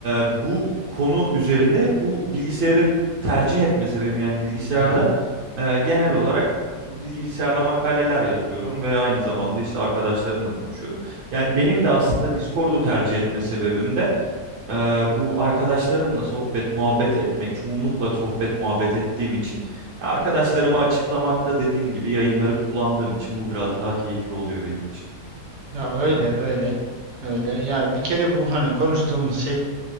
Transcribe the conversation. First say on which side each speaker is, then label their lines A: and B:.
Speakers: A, on the right; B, on the right.
A: bu konu üzerinde bu bilgisayarı tercih etme sebebim yani bilgisayarda
B: Hı hı.
A: e, genel olarak bilgisayarda makaleler yazıyorum ve aynı zamanda işte arkadaşlarımla konuşuyorum. Yani benim de aslında Discord'u tercih etme sebebim de ee, bu arkadaşlarımla sohbet muhabbet etmek çoğunlukla sohbet muhabbet ettiğim için ya arkadaşlarıma açıklamakta dediğim gibi yayınları kullandığım için bu biraz daha keyifli oluyor benim için.
B: Ya öyle
A: Keyifli.
B: öyle öyle. Yani bir kere bu hani konuştuğumuz şey,